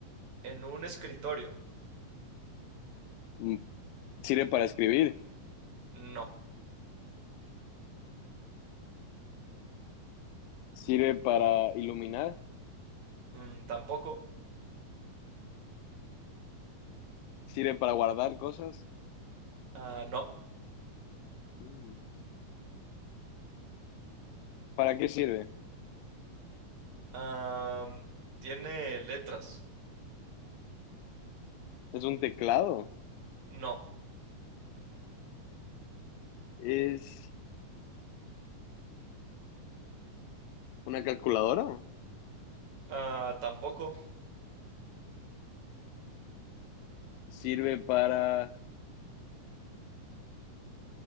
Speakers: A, on the right; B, on the left.
A: en un escritorio.
B: Mm, ¿Sirve para escribir?
A: No,
B: ¿Sirve para iluminar?
A: Mm, tampoco.
B: ¿Sirve para guardar cosas?
A: Ah, no.
B: Mm, ¿Para qué sirve?
A: Am, ¿tiene letras?
B: ¿Es un teclado?
A: No.
B: ¿Es una calculadora?
A: Ah, tampoco.
B: Sirve para,